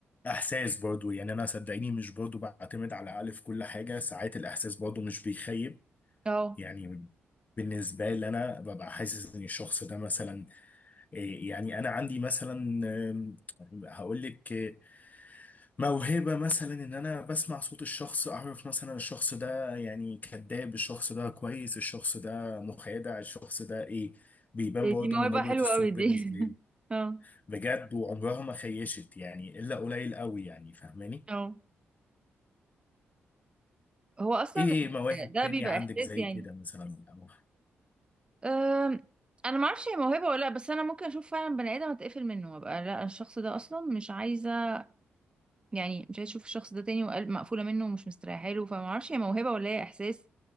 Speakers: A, on the left (about 35°); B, on the right (about 20°).
A: احساس برضو يعني انا صدقيني مش برضو بعتمد على العقل في كل حاجه ساعات الاحساس برضو مش بيخيب
B: اه
A: يعني بالنسبة لي أنا ببقى حاسس إن الشخص ده مثلا إيه، يعني أنا عندي مثلا هقول لك آه، موهبة مثلا إن أنا بسمع صوت الشخص أعرف مثلا الشخص ده يعني كذاب الشخص ده كويس الشخص ده مخادع الشخص ده إيه بيبان
B: دي
A: برضه
B: دي موهبة
A: من نبرة
B: حلوة
A: الصوت
B: قوي دي
A: بالنسبة
B: <laughs>
A: لي
B: اه
A: بجد وعمرها ما خيشت يعني إلا قليل قوي يعني فاهماني؟
B: اه هو اصلا
A: إيه مواهب
B: ده
A: تانية
B: بيبقى
A: عندك
B: احساس
A: زي
B: يعني
A: كده مثلا أو
B: أم، انا ما اعرفش هي موهبه ولا لا بس انا ممكن اشوف فعلا بني ادم اتقفل منه وابقى لا الشخص ده اصلا مش عايزه يعني مش عايزه اشوف الشخص ده تاني وقلب مقفوله منه ومش مستريحه له فما اعرفش هي موهبه ولا هي احساس